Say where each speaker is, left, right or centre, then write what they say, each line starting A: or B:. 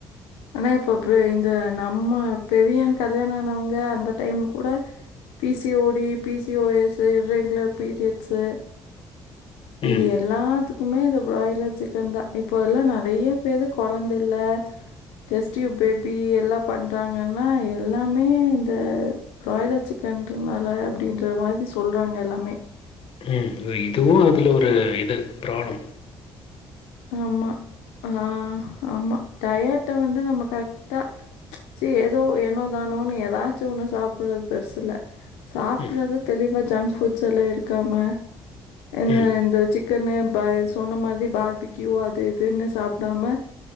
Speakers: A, on the left (about 85°); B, on the left (about 60°).
A: ஆனா இப்ப இந்த நம்ம பெரிய கல்யாணம் ஆனவங்க அந்த டைம் கூட பிசிஓடி பிசிஓஎஸ் இரெகுலர் பீரியட்ஸ் இது
B: ம்
A: எல்லாத்துக்கும் க்குமே இந்த பாய்லர் சிக்கன் தான் இப்போ எல்லாம் நெறய பேருக்கு கொழந்த இல டெஸ்டியூ பேபி எல்லாம் பண்றாங்கன்னா எல்லாமே இந்த பிராய்லர் சிக்கன்னால அப்பிடின்ற மாரி சொல்றாங்க எல்லாமே
B: உஹம் இதுவும் அதுல ஒரு இது பிராப்ளம்
A: ஆமா ஆஹ ஆமா டயட்ட வந்து நம்ம கரெக்டா ச்சுசீ ஏதோ ஏனோ தானோன்னனு ஏதாச்சும் ஒண்ணும் சாப்பிடுறது பெருசுல சாப்பிரத
B: ம்
A: தெளிவ ஜங் ஃபுட்ஸ் எல்லாம் எடுக்காம எந்த
B: ம்
A: எந்த சிக் க்குன்னு சொன்ன மாரி பாபிக்கியூ அது இதுன்னு சாப்பிடாம